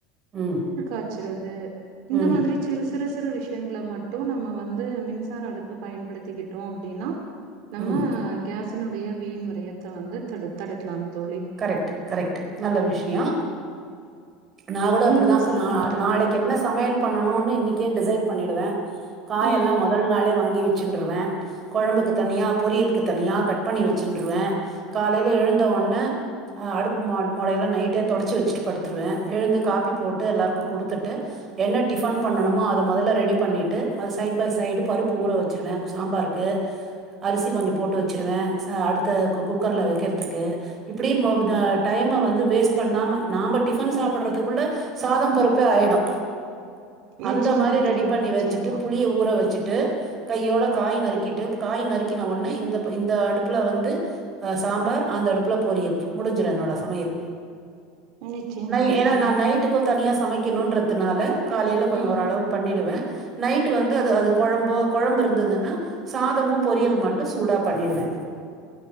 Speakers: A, on the right; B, on the right.
A: ம்
B: வச்சறது இந்த
A: ம்
B: மாதிரி சிறு சிறு சிறு விஷ்யங்கள மட்டு நம்ம வந்து மின்சார அடுப்பு பயன் படுத்திக்கிட்டோ அப்டினா நம்ம
A: ம்
B: கேஸனுடைய வீண் விரையத்த வந்து தடு தடுக்லாம் தோழி
A: கரெக்ட்டு கரெக்ட்டு நல்ல விஷியோ நா கூட
B: நீங்க
A: அப்டிதா
B: சொல்லுங்க
A: நா
B: தோழி.
A: நாளைக்கு என்ன சமையல் பண்ணணுனு இன்னைக்கே டிசைட் பண்ணிடுவே காயெல்லா
B: ம்.
A: மொதல் நாளே வாங்கி வ சென்றுருவே கொழம்புக்கு தனியா பொரியலுக்கு தனியா கட் பண்ணி வச்சின்ருவே காலையில எழுந்த ஒன்ன அ அடுப்பு மாட் மாடையெல்லா நைட்டே தொடச்சி வச்சிட்டு படுத்துருவே எழுந்து காப்பி போட்டு எல்லாருக்கு குடுத்துட்டு என்ன டிஃபன் பண்ணணுமோ அத மொதல்ல ரெடி பண்ணிட்டு அது சைட் பை சைடு பருப்பு ஊற வச்சிருவேங் சாம்பாருக்கு அரிசி கொஞ்சோ போட்டு வச்சுருவே ச அடுத்த குக்கர்ல வக்கிறதுக்கு இப்டி மௌ அ டைம்ம வந்து வேஸ்ட் பண்ணாம நாம்ப டிஃபன் சாப்புட்றதுக்குள்ளே சாதம் பருப்பே ஆயிடு
B: நிச்சயமா
A: அந்த மாரி
B: தோழி,
A: ரெடி பண்ணி
B: நிச்சயமா,
A: வச்சுட்டு புளிய ஊற வச்சுட்டு கையோட காய் நறுக்கிட்டு காய் நறுக்கின ஒட்னே இந்த இந்த அடுப்புல வந்து அ சாம்பார் அந்த அடுப்புல பொரியல் முடிஞ்சுரு என்னோட சமையல்
B: நிச்சயமா
A: நை ஏன்னா
B: தோழி.
A: நா நைட்டுக் கு தனியா சமைக்கனுன்றதுனால காலையையில கொஞ்சோ
B: ம்
A: ஓரளவுக்கு பண்ணிருவே நைட்டு வந்து அது அது கொழம்போ கொழம்பு இருந்துதுன்னா சாதமு பொரியல் மட்டு சூடா பண்ணிடுவே